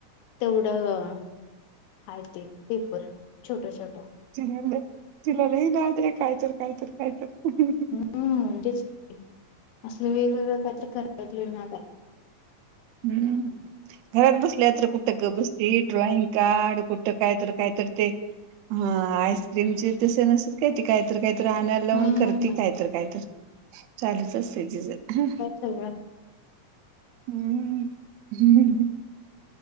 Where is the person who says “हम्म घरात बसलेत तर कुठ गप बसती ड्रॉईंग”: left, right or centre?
Right